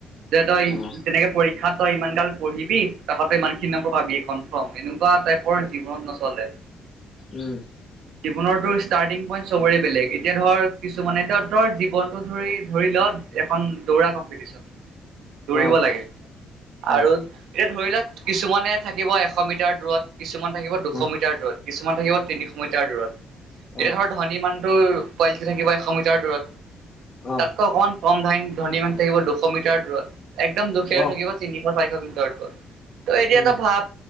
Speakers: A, on the right; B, on the left.
A: যে তই
B: অ'
A: তেনেকে পৰীক্ষাত তই ইমান গাল পঢ়িবি তঁহতেই ইমানখিনি নম্বৰ পাবি এইখন এনেকুৱা টাইপৰ জীৱন নচলে
B: উম
A: জীৱনৰতো ষ্টাৰ্টিং পইণ্ট চবৰে বেলেগ এতিয়া ধৰ কিছুমানে এতিয়া ধৰ জীৱনটো ধৰি ধৰি লও এখন দৌৰা কম্পিটিচন দৌৰিব
B: অ'
A: লাগে আৰু
B: অ'
A: এ ধৰি লৱ কিছুমানে থাকিব এশ মিটাৰ দূৰত কিছুমান থাকিব দুশ
B: অ'
A: মিটাৰ দূৰত কিছুমান থাকিব তিনিশ মিটাৰ দূৰত এতিয়া
B: অ'
A: ধৰক ধনী মানুহটোো পোৱালিকেইটা থাকিব এশ মিটাৰ দূৰত
B: অ'
A: তাতকৈ অকণ কম ধ ধনী মান থাকিব দুশ মিটাৰ দূৰত একদম দুখীয়াটো
B: অ' অ
A: থাকিব তিনিশ চাৰিশ মিটাৰ দূৰত ত এতিয়া
B: উম
A: তই ভাৱ